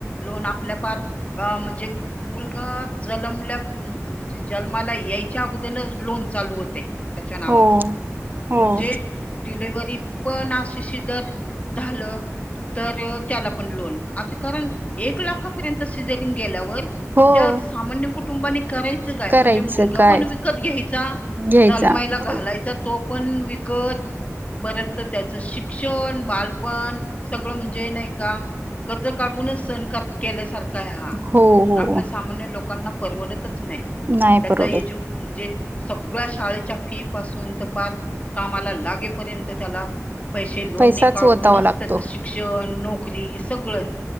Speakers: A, on the left; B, on the right.
A: लोन आपल्या पार म्हणजे मुलगा जनमला म्हणजे जन्माला यायच्या अगोदनच लोन चालू हुतय त्याच्या नावाच
B: हो हो
A: म्हणजे डिलेव्हरी पण आशी शीजर झालं तर त्याला पण लोन आता कारण एक लाखापर्यंत सिजरिंग गेल्यावर
B: हो
A: त्या सामान्य कुटुंबानी करायचं काय
B: करायचं
A: म्हणजे मुलगा
B: काय
A: पण विकत घ्यायचा
B: घ्यायचा
A: जलमाईला
B: बरोबर
A: घालायचा तो पण विकत परत तर त्याचं शिक्षण बालपण सगळं म्हणजे नाही का कर्ज काढूनच सणकार <unintelligible> केल्यासारखा आहे हा
B: हो हो
A: आपल्या सामान्य लोकांना परवडत <unintelligible> त्या
B: नाही परवडत
A: <unintelligible> म्हणजे सगळ्या शा फी पासून तर पार कामाला लागेपर्यंत त्याला पैसे लोनने
B: पैसाच
A: काढूनच
B: ओतावा लागतो
A: त्याच शिक्षण नोकरी सगळंच